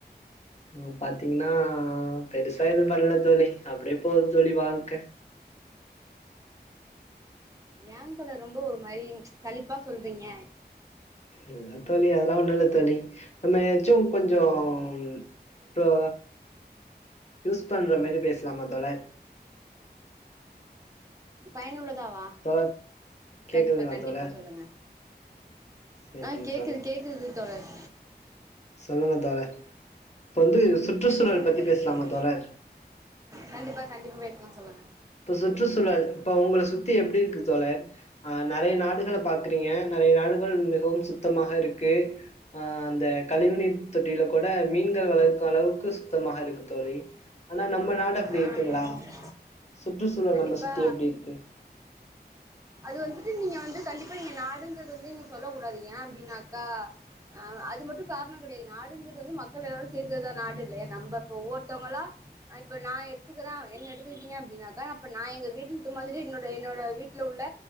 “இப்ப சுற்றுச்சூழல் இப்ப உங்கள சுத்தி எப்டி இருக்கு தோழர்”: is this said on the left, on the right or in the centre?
Left